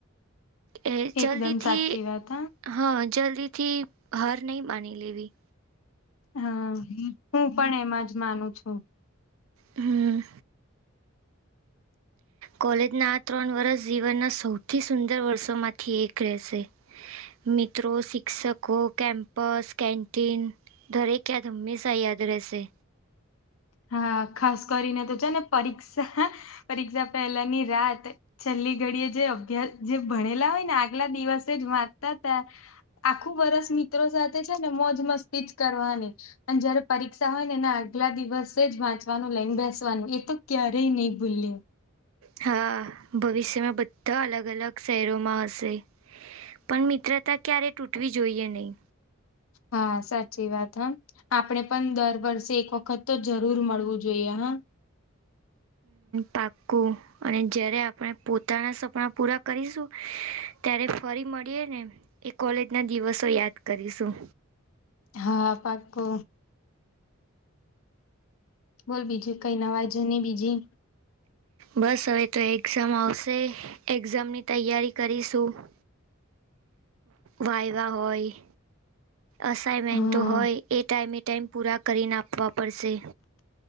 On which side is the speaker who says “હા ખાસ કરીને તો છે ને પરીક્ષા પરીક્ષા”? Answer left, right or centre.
Left